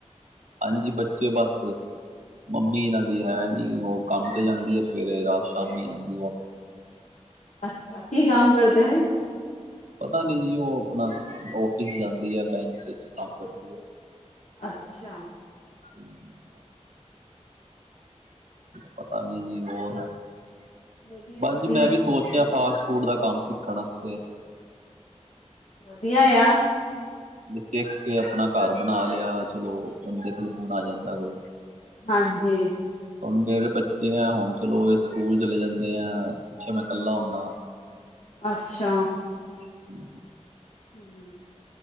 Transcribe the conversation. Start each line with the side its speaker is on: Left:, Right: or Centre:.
Right: ਹਾਂਜੀ, ਬੱਚੇ ਬਸ। ਮੰਮੀ ਇਨਾਂ ਦੀ ਹੈ ਨੀ, ਓ ਕੰਮ ਤੇ ਜਾਂਦੀ ਏ ਸਵੇਰੇ, ਰਾਤ ਸ਼ਾਮੀ ਆਂਦੀ ਏ ਵਾਪਸ।
Left: ਅੱਛਾ, ਕੀ ਕੰਮ ਕਰਦੇ ਨੇ?
Right: ਪਤਾ ਨੀ ਜੀ, ਓ ਅਪਣਾ ਔਫਿਸ ਜਾਂਦੀ ਏ ਬੈਂਕ ਚ ਕੰਮ ਕਰਦੀ ਏ।
Left: ਅੱਛਾ।
Right: <inaudible> ਪਤਾ ਨੀ ਜੀ ਹੋਰ,
Left: ਵਧੀਆ
Right: ਬਸ
Left: ਵਧੀਆ
Right: ਜੀ ਮੈਂ ਵੀ ਸੋਚ ਫਾਸਟ-ਫੂਡ ਦਾ ਕੰਮ ਸਿੱਖਣ ਅਸਤੇ।
Left: ਵਧੀਆ ਆ।
Right: ਬੀ ਸਿੱਖ ਕੇ ਅਪਣਾ ਘਰ ਬਣਾ ਲੇਆ, ਚਲੋ ਬੰਦੇ ਕੋਲ ਗੁਣ ਆ ਜਾਂਦੈ ਕੋਈ।
Left: ਹਾਂਜੀ।
Right: ਮੇਰੇ ਬੱਚੇ ਐ, ਹੁਣ ਚਲੋ ਏ ਸਕੂਲ ਚਲੇ ਜਂਦੇ ਐ, ਪਿੱਛੇ ਮੈਂ ਕੱਲਾ ਹੋਨਾ।
Left: ਅੱਛਾ।
Right: <inaudible>
Left: <inaudible>